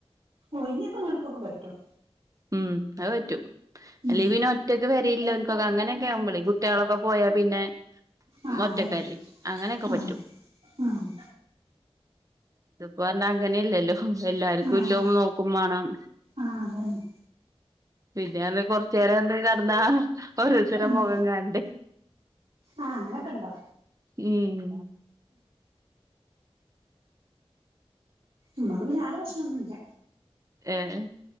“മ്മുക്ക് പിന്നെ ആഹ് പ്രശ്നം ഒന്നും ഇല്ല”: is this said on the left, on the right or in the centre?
Right